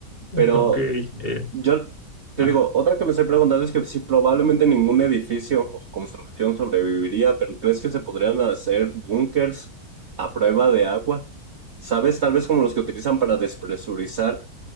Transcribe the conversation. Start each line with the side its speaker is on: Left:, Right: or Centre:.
Right: Pero
Left: Ok. eh,
Right: yo te
Left: ah,
Right: digo, otra que me estoy preguntando es que si probablemente ningún edificio o construcción sobreviviría, pero ¿crees que se podrían hacer búnkers a prueba de agua? ¿Sabes? Tal vez como los que utilizan para despresurizar